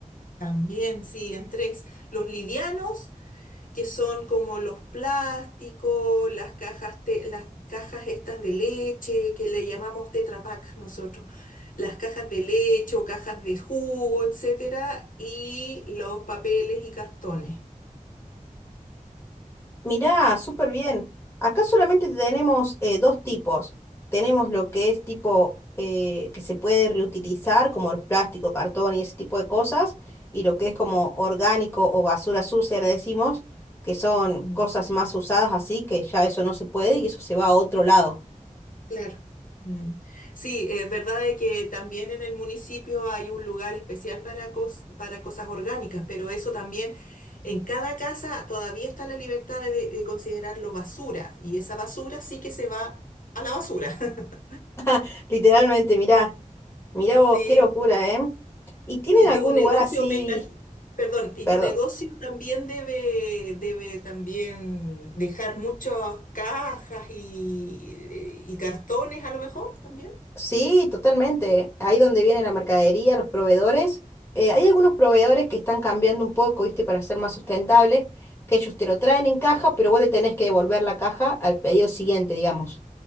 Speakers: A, on the left; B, on the left.
A: También, sí, en tres. Los livianos que son como los plásticos, las cajas, te- las cajas estas de leche, que le llamamos Tetra Pak nosotros, las cajas de leche o cajas de jugo, etcétera, y los papeles y cartones.
B: Mirá, súper bien. Acá solamente tenemos eh, dos tipos. Tenemos lo que es tipo eh, que se puede reutilizar, como los plásticos, cartón y ese tipo de cosas, y lo que es como orgánico o basura sucia, le decimos, que son
A: Ujú.
B: cosas más usadas así, que ya eso no se puede y eso se va a otro lado.
A: Claro. Mm. Sí, es verdad de que también en el municipio hay un lugar especial para, cos- para cosas orgánicas, pero eso también en cada casa todavía está la libertad de, de considerarlo basura y esa basura sí que se va a la basura. <laughs>
B: <laughs> Literalmente, mirá, mirá
A: Sí,
B: vos, qué locura, ¿eh? ¿Y tienen
A: y
B: algún
A: tu negocio
B: lugar así,
A: me imagino, perdón, y
B: perdón?
A: tu negocio también debe, debe también dejar muchas cajas y, y cartones a lo mejor también.
B: Sí, totalmente. Ahí donde viene la mercadería, los proveedores. Eh, hay algunos proveedores que están cambiando un poco, ¿viste? Para ser más sustentables, que ellos te lo traen en caja, pero vos le tenés que devolver la caja al pedido siguiente, digamos.